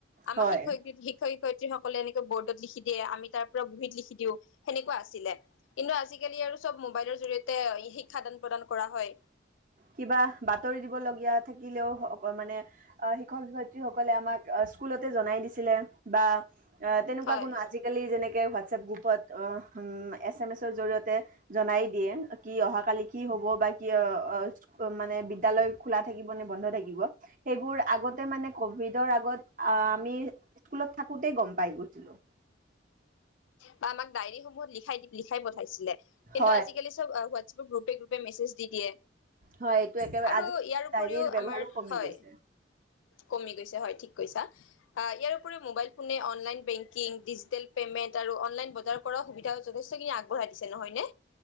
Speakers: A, on the left; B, on the right.
A: আমাৰ
B: হয়,
A: শিক্ষয়
B: হয়।
A: শিক্ষয় শিক্ষত্ৰী সকলে এনেকৈ বৰ্ডত লিখি দিয়ে। আমি তাৰ পৰা বহীত লিখি দিওঁ। সেনেকুৱা আছিলে কিন্তু আজিকালি আৰু চব। মোবাইলৰ জৰিয়তে শিক্ষাদান প্ৰদান কৰা হয়।
B: কিবা বাতৰি দিব লগীয়া থাকিলেও আ মানে শিক্ষক শিক্ষয়িত্ৰীসকলে আমাক স্কুলতে জনাই দিছিলে বা অঁ তেনেকুৱা
A: হয়
B: কোনো আজিকালি যেনেকে হোৱা হোৱাটছএপ গ্ৰুপত আহ উম এছ এম এছৰ জৰিয়তে জনাই দিয়ে কি অহাকালি কি হ'ব বা কি অঁ। মানে বিদ্যালয় খোলা থাকিব নে বন্ধ থাকিব সেইবোৰ আগতে মানে কভিডৰ আগত আমি স্কুলত থাকোতে গম পাই গৈছিলো
A: বা আমাক ডায়েৰী সমূহত লিখাই লিখাই পঠাইছিলে।। কিন্তু
B: হয়
A: আজিকালি চব হোৱাটছএপ গ্ৰুপে গ্ৰ মেছেজ দি দিয়ে।
B: হয় এইটো একেবাৰে
A: আৰু
B: আজি
A: ইয়াৰ উপৰিও
B: ডায়েৰীৰ ব্যৱহাৰো
A: আমাৰ
B: কমি
A: হয়
B: গৈছে
A: কমি গৈছে হয় ঠিক কৈছা ইয়াৰ উপৰি মোবাইল ফোনে অনলাইন। Banking digital payment. আৰু অনলাইন বজাৰ কৰ সুবিধাও যথেষ্টখিনি আগবঢ়াই দিছে নহয় ন